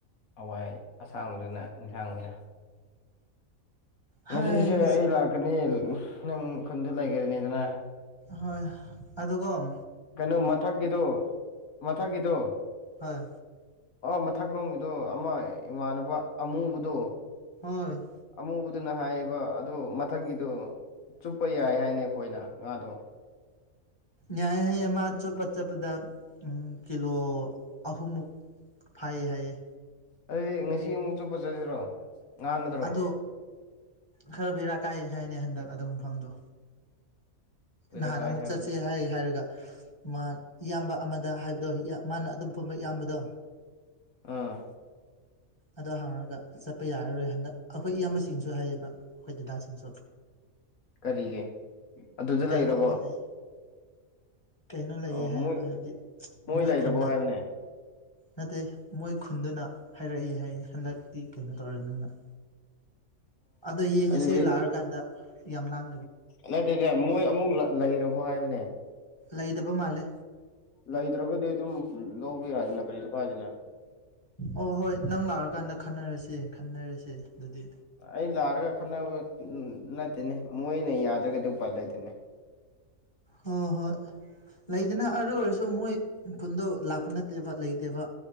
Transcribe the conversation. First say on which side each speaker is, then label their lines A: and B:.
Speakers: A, on the left; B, on the left.
A: ꯍꯋꯥꯏ ꯑꯁꯥꯡꯕꯗꯨꯅ ꯏꯟꯁꯥꯡ ꯑꯣꯏꯅ ꯉꯁꯤꯁꯦ
B: ꯍꯣꯏ ꯉꯁꯤ
A: ꯑꯩ ꯂꯥꯛꯀꯅꯤ ꯅꯪ ꯈꯨꯟꯗ ꯂꯩꯒꯗꯅꯤꯗꯅ
B: ꯍꯣꯏ ꯑꯗꯨꯒꯣꯝ
A: ꯀꯩꯅꯣ ꯃꯊꯛꯀꯤꯗꯣ ꯃꯊꯛꯀꯤꯗꯣ
B: ꯍꯣꯏ
A: ꯃꯊꯛ ꯂꯣꯝꯒꯤꯗꯣ ꯑꯃ ꯏꯃꯥꯟꯅꯕ ꯑꯃꯨꯕꯗꯣ
B: ꯍꯣꯏ
A: ꯑꯃꯨꯕꯗꯨꯅ ꯍꯥꯏꯌꯦꯕ ꯑꯗꯨ ꯃꯊꯛꯀꯤꯗꯣ ꯆꯨꯞꯄ ꯌꯥꯏ ꯍꯥꯏꯅꯦ ꯈꯣꯏꯅ ꯉꯥꯗꯣ
B: ꯌꯥꯏ ꯍꯥꯏꯌꯦ ꯃꯥ ꯆꯨꯄ ꯆꯠꯄꯗ ꯎꯝ ꯀꯤꯂꯣ ꯑꯍꯨꯝꯃꯨꯛ ꯐꯥꯏꯌꯦ ꯍꯥꯏꯌꯦ
A: ꯑꯗꯨꯗꯤ ꯉꯁꯤ ꯑꯃꯨꯛ ꯆꯨꯞꯄꯥ ꯆꯠꯁꯤꯔꯣ ꯉꯥꯡꯒ
B: ꯑꯗꯣ ꯈꯔ ꯕꯦꯔꯥ ꯀꯥꯏ ꯍꯥꯏꯅꯦ ꯍꯟꯗꯛ ꯑꯗꯨ ꯃꯐꯝꯗꯣ
A: ꯀꯣꯏꯔꯛꯀꯥꯏ
B: ꯅꯍꯥꯟ ꯑꯃꯨꯛ
A: ꯍꯥꯏꯕꯗꯤ
B: ꯆꯠꯁꯦ ꯍꯥꯏ ꯍꯥꯏꯔꯒ ꯃꯥ ꯏꯌꯥꯝꯕ ꯑꯃꯗ ꯍꯥꯏꯕꯗꯣ ꯃꯥꯅ ꯑꯗꯨꯝ ꯄꯨꯟꯕ ꯏꯌꯥꯝꯕꯗꯣ
A: ꯑꯥ
B: ꯑꯗꯣ ꯍꯪꯉꯒ ꯆꯠꯄ ꯌꯥꯔꯔꯣꯏ ꯍꯟꯗꯛ ꯑꯩꯈꯣꯏ ꯏꯌꯥꯝꯕꯁꯤꯡꯁꯨ ꯍꯥꯏꯌꯦꯕ ꯑꯩꯈꯣꯏ ꯗꯗꯥꯁꯤꯡꯁꯨ
A: ꯀꯔꯤꯒꯤ ꯑꯗꯨꯗ
B: ꯀꯩꯅꯣ
A: ꯂꯩꯔꯕꯣ
B: ꯑꯃ ꯂꯩ ꯀꯩꯅꯣ ꯂꯩꯌꯦ
A: ꯑꯣ ꯃꯣꯏ
B: ꯍꯥꯏꯕ ꯍꯥꯏꯕꯗꯤ ꯃꯣꯏ
A: ꯂꯩꯔꯕꯣ
B: ꯈꯨꯟꯅ
A: ꯍꯥꯏꯕꯅꯦ
B: ꯅꯠꯇꯦ ꯃꯣꯏ ꯈꯨꯟꯗꯨꯅ ꯍꯥꯏꯔꯛꯏ ꯍꯥꯏꯌꯦ ꯍꯟꯗꯛꯇꯤ ꯀꯩꯅꯣ ꯇꯧꯔꯅꯨꯅ ꯑꯗꯣ ꯌꯦꯡꯉꯁꯦ
A: ꯑꯗꯨꯗꯤ
B: ꯂꯥꯛꯑꯀꯥꯟꯗ ꯌꯥꯝ ꯂꯥꯡ
A: ꯅꯠꯇꯦꯗ ꯃꯣꯏ ꯑꯃꯨꯛ ꯂꯩꯔꯕꯣ ꯍꯥꯏꯕꯅꯦ
B: ꯂꯩꯇꯕ ꯃꯥꯜꯂꯦ
A: ꯂꯩꯇ꯭ꯔꯒꯗꯤ ꯑꯗꯨꯝ ꯂꯧꯕ ꯌꯥꯅꯤꯅ ꯀꯔꯤꯁꯨ ꯀꯥꯏꯗꯦꯅ
B: ꯑꯣ ꯍꯣꯏ ꯅꯪ ꯂꯥꯛꯑꯀꯥꯟꯗ ꯈꯟꯅꯔꯁꯦ ꯈꯟꯅꯔꯁꯦ ꯑꯗꯨꯗꯤ
A: ꯑꯩ ꯂꯥꯛꯔꯒ ꯈꯠꯅꯕ ꯅꯠꯇꯦꯅꯦ ꯃꯣꯏꯅ ꯌꯥꯗ꯭ꯔꯒꯗꯤ ꯎꯄꯥꯏ ꯂꯩꯇꯦꯅꯦ
B: ꯍꯣ ꯍꯣꯏ ꯂꯩꯗꯅ ꯑꯔꯨ ꯑꯣꯏꯔꯁꯨ ꯃꯣꯏ ꯈꯨꯟꯗꯣ ꯂꯥꯛꯄ ꯅꯠꯇꯦꯕ ꯂꯩꯇꯦꯕ